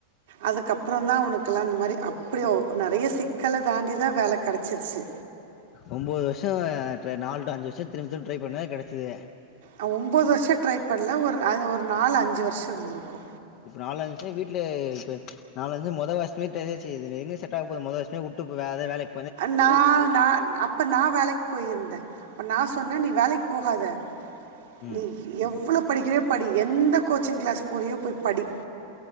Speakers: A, on the right; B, on the left.
A: அதுக்கப்றோ தா அவனுக்கெல்லா அந்த மாரி அப்டியே நறைய சிக்கல தாண்டிதா வேல கெடைச்சிருச்சு
B: ஒம்போது வர்ஷோ டிர நாலு டு அஞ்சு வர்ஷோ திரும்ப திரும்ப ட்ரை பண்ணே கெடச்சிதே
A: அவ ஒம்போது வர்ஷோ ட்ரை பண்ல ஒரு அ ஒரு நாலு அஞ்சு வர்ஷோ இருந்திருக்கோ
B: இப்ப நாலஞ்சு வீட்ல இப்ப நாலஞ்சு மொத வர்சமே தெரிஞ்சுருச்சு இது எங்க செட் ஆக போது முத வர்ஷமே ஊட் துப்பு வேற வேலைக்
A: நா நா அப்ப நா வேலைக்கு போயிருந்தே அப்ப நா சொ சொன்னே நீ வேலைக்கு போகாத
B: ம்
A: நீ எவ்ளோ படிக்கிறியோ படி எந்த கோச்சிங் கிளாஸ் போரியோ போய் படி